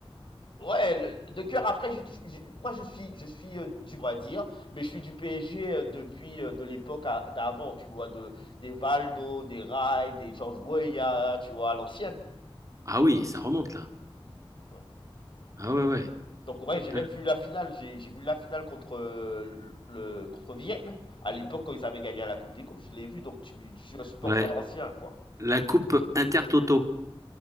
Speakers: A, on the left (about 60°); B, on the right (about 35°).
A: ouais, le de cœur après je je moi je suis je suis, heu, du Brésil, mais je suis du PSG, heu, depuis, heu, de l'époque a d'avant, tu vois? De des Valdo, des Rai, des George Weah, tu vois? À l'ancienne,
B: Ah oui, ça remonte là.
A: ouais.
B: Ah ouais, ouais.
A: Donc ouais, j'ai
B: Putain.
A: même vu la finale. J'ai j'ai vu la finale contre euh, le contre Vienne. À l'époque, quand ils avaient gagné à la Coupe des Coupes, je l'ai vu. Donc tu, je suis un supporter
B: Ouais.
A: ancien, quoi.
B: La coupe Intertoto.